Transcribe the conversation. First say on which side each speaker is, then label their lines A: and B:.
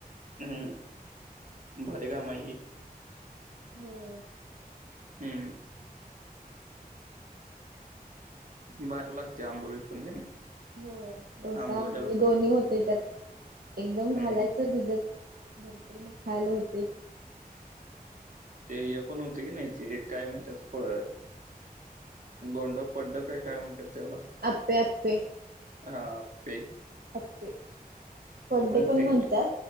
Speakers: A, on the right (about 55°); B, on the right (about 70°).
A: हम्म भारी काम आहे हे
B: होय
A: हम्म भारी लागते आंबोळी पण की नाही
B: होय डोसा,
A: आंबोलीला
B: आंबोळी
A: पद्धत
B: दोन्ही होत. ते त्यात एकदम
A: हम्म
B: घालायचं भिजत भरपूर मग खायला होतय
A: ते ये पण होते की नाही ते काय म्हणतात फ गोंड, फड्ड काय काय म्हणतात त्याला.
B: आप्पे, आप्पे..
A: हा आप्पे
B: आपे फड्ड
A: होते
B: पण म्हणत्यात.
A: की नाही